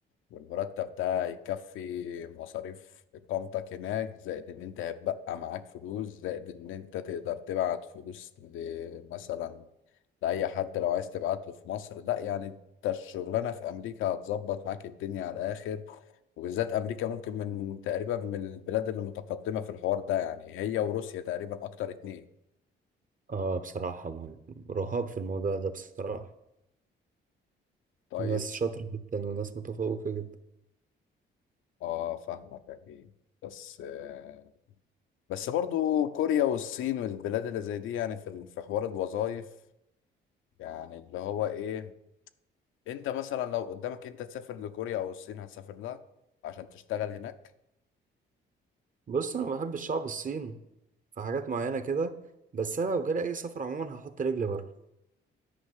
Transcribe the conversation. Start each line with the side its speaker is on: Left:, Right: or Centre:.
Left: والمرتب ده هيكفي مصاريف اقامتك هناك زائد ان انت هيبقى معاك فلوس زائد ان انت تقدر تبعت فلوس ل- مثلا لاي حد لو عايز تبعت له في مصر لا يعني انت الشغلانه في امريكا هتظبط معاك الدنيا على الاخر وبالذات امريكا ممكن من تقريبا من البلاد اللي متقدمه في الحوار ده يعني هي وروسيا تقريبا اكتر اتنين
Right: اه بصراحه رهاب في الموضوع ده بصراحه
Left: طيب
Right: ناس شاطرة جدا وناس متفوقة جدا
Left: اه فاهمك اكيد بس آه، بس برضو كوريا والصين والبلاد اللي زي دي يعني في ال- في حوار الوظائف يعني اللي هو ايه انت مثلا لو قدامك انت تسافر لكوريا او الصين هتسافر لها عشان تشتغل هناك
Right: بص انا بحب الشعب الصين في حاجات معينه كده بس انا لو جالي اي سفر عموما هحط رجلي بره